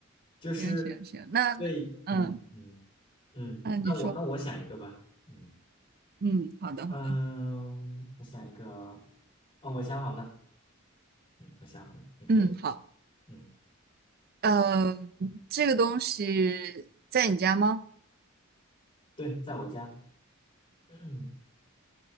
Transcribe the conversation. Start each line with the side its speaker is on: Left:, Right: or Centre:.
Left: 就是
Right: 行行行，那
Left: 对，
Right: 嗯
Left: 嗯嗯嗯嗯，
Right: 那你说，
Left: 那我那我想一个吧，嗯
Right: 嗯，好的好的，
Left: 嗯，我想一个，嗯，我想好了，嗯，我想好了，你可以问
Right: 嗯好，
Left: 嗯，
Right: 呃，这个东西在你家吗？
Left: 对，在我家，<clears throat> 嗯，